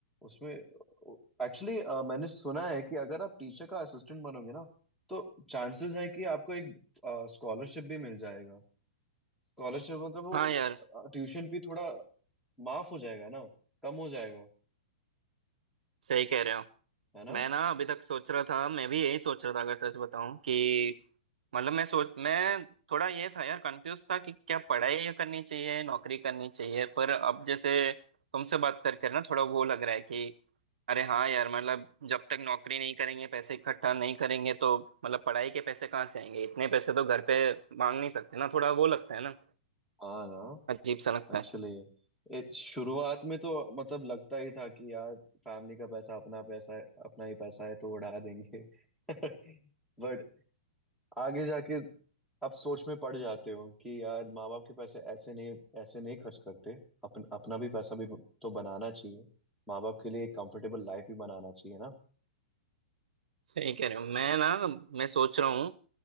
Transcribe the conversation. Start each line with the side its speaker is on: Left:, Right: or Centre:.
Centre: उसमें एक्चुअली मैंने सुना है कि अगर आप टीचर का असिस्टेंट बनोगे ना तो चांसेस है कि आपको एक स्कॉलरशिप भी मिल जाएगा स्कॉलरशिप मतलब वो
Right: हाँ यार
Centre: ट्यूशन फी थोड़ा माफ हो जाएगा ना कम हो जाएगा
Right: सही कह रहे हो
Centre: है ना
Right: मैं ना अभी तक सोच रहा था मैं भी यही सोच रहा था अगर सच बताऊं कि मतलब मैं सोच मैं थोड़ा ये था यार कंफ्यूज था कि क्या पढ़ाई करनी चाहिए नौकरी करनी चाहिए पर अब जैसे तुमसे बात करके ना थोड़ा वो लग रहा है कि अरे हाँ यार मतलब जब तक नौकरी नहीं करेंगे पैसे इकट्ठा नहीं करेंगे तो मतलब पढ़ाई के पैसे कहाँ से आएंगे इतने पैसे तो घर पे मांग नहीं सकते ना थोड़ा वो लगता है ना
Centre: हाँ ना
Right: अजीब सा लगता
Centre: एक्चुअली
Right: है
Centre: शुरुआत में तो मतलब लगता ही था कि यार फैमिली का पैसा अपना पैसा है अपना ही पैसा है तो उड़ा देंगे <laughs> बट आगे जाके आप सोच में पड़ जाते हो कि यार माँ बाप के पैसे ऐसे नहीं ऐसे नहीं खर्च करते अपन अपना भी पैसा भी तो बनाना चाहिए माँ बाप के लिए एक कंफर्टेबल लाइफ भी बनाना चाहिए ना
Right: सही कह रहे हो मैं ना मैं सोच रहा हूँ